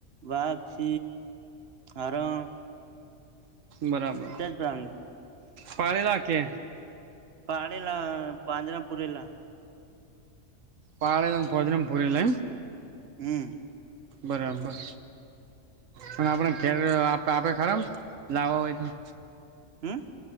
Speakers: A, on the right (about 55°); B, on the right (about 80°).
A: બાગક્ષ હો
B: બરાબર
A: પ્રાણીઓ
B: પાળલા કે
A: પાડેલા પાંજરામપુરેલા
B: પાળલાન પોદનમપુરીલે
A: હમ્મ.
B: બરાબર. પણ આપડે ધેર આપ આપે ખરા લાવવા હોય તો.
A: હમ